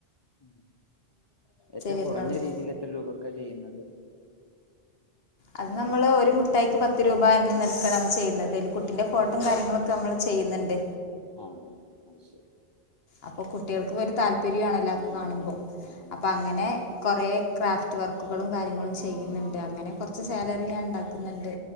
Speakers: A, on the left; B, on the left.
A: ഉം ഏറ്റവും
B: വരുന്നുള്ളൂ
A: കുറഞ്ഞ രീതിയിൽ എത്ര രൂപക്കാ ചെയ്യുന്നത്.
B: അത് നമ്മള് ഒരു മുഠായിക്ക് പത്ത് രൂപ എന്ന നിലക്കാണ് നമ്മള് ചെയ്യുന്നത് അതില് കുട്ടിന്റെ ഫോട്ടും കാര്യങ്ങളൊക്കെ നമ്മള് ചെയ്യുന്നുണ്ട്
A: ആണോ അത് ശരി.
B: അപ്പൊ കുട്ടികൾക്ക് ഒരു താല്പര്യ ആണല്ലോ ഒക്കെ കാണുമ്പോ
A: ആ
B: അപ്പൊ
A: അതെ
B: അങ്ങനെ കൊറേ ക്രാഫ്റ്റ് വർക്കുകളും കാര്യങ്ങളും ചെയ്യുന്നുണ്ട് അങ്ങനെ കൊർച്ച് സാലറി ഞാൻ ണ്ടാക്കുന്നുണ്ട്